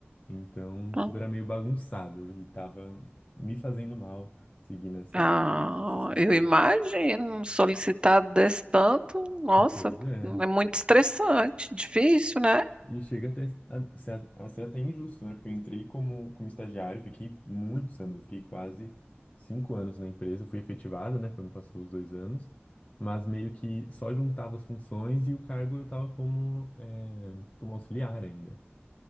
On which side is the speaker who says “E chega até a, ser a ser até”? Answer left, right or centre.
Left